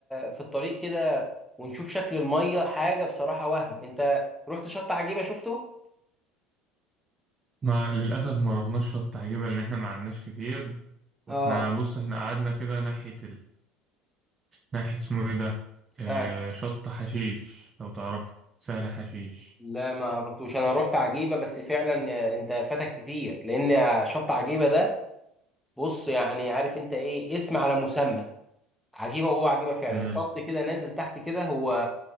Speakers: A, in the centre; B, on the right (about 30°).
A: في الطريق كده ونشوف شكل المية حاجة بصراحة وهم أنت رحت شط عجيبة شفته؟
B: ما للأسف ما رحناش شط عجيبة لأن إحنا ما قعدناش كتير وإحنا
A: اه
B: بص إحنا قعدنا كده ناحية ناحية اسمه إيه ده؟ آه
A: آه
B: شط حشيش لو تعرفه سهل حشيش
A: لا ما رحتوش أنا رحت عجيبة بس فعلا آه، أنت فاتك كتير لأن شط عجيبة ده بص يعني عارف أنت إيه اسم على مسمى عجيبه وهو عجيبه فعلا
B: مم.
A: شط كده نازل تحت كده هو